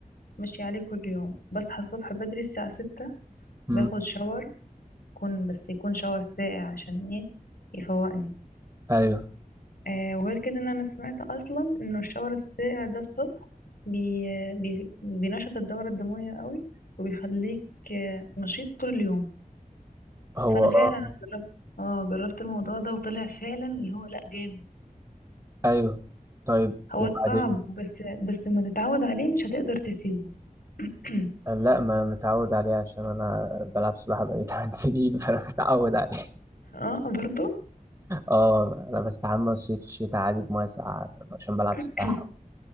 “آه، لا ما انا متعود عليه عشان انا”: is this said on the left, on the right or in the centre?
Right